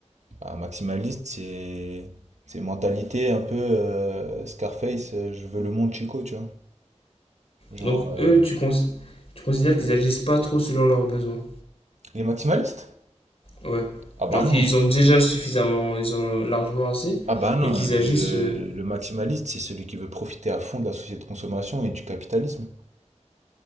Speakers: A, on the right; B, on the left.
A: Ah, maximaliste, c'est c'est mentalité un peu euh, Scarface, euh, je veux le monde Chico, tu vois. Genre
B: donc
A: euh,
B: eux, tu, cons- tu considères qu'ils agissent pas trop selon leurs besoins.
A: les maximalistes?
B: Ouais.
A: Ah bah
B: Genre
A: non.
B: qu'ils ont déjà suffisamment, ils ont largement assez,
A: Ah bah non,
B: mais qu'ils
A: le,
B: agissent. euh,
A: le maximaliste, c'est celui qui veut profiter à fond de la société de consommation et du capitalisme.